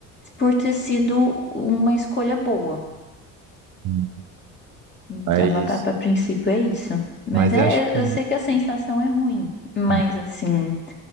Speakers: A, on the left (about 25°); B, on the right (about 55°).
A: por ter sido uma escolha boa.
B: uhum.
A: Então,
B: Mas,
A: a, a, a princípio é isso. Mas
B: mas
A: é,
B: acho que.
A: eu- eu sei que a sensação é ruim, mas
B: Uhum,
A: assim,